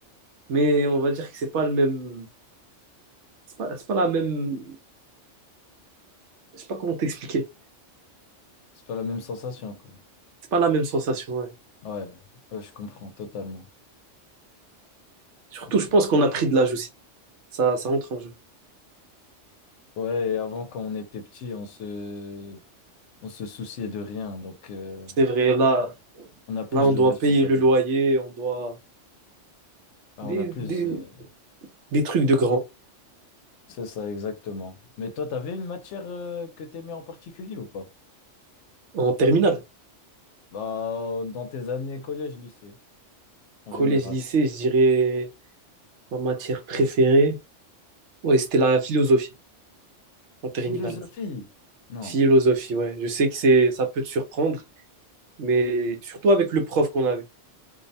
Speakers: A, on the right; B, on the left.
A: mais on va dire que c'est pas le même. C'est pas, c'est pas la même. Je sais pas comment t'expliquer.
B: c'est pas la même sensation quoi.
A: C'est pas la même sensation. ouais.
B: Ouais, ouais, je comprends totalement.
A: Surtout,
B: Je comprends.
A: je pense qu'on a pris de l'âge aussi. Ça, ça rentre en jeu.
B: Ouais, et avant, quand on était petit, on se, on se souciait de rien. Donc, euh,
A: C'est vrai, là,
B: on a plus
A: là, on
B: de
A: doit
B: responsabilités.
A: payer le loyer, on doit.
B: Enfin,
A: Des,
B: on a plus.
A: des,
B: euh,
A: des trucs de grand.
B: C'est ça, exactement. Mais toi, t'avais une matière euh, que t'aimais en particulier ou pas?
A: En terminale.
B: Bah, dans tes années collège, lycée, en
A: Collège,
B: général.
A: lycée, je dirais ma matière préférée. Ouais, c'était la philosophie en
B: Philosophie?
A: terminale.
B: Non.
A: Philosophie, ouais. Je sais que c'est, ça peut te surprendre, mais surtout avec le prof qu'on avait.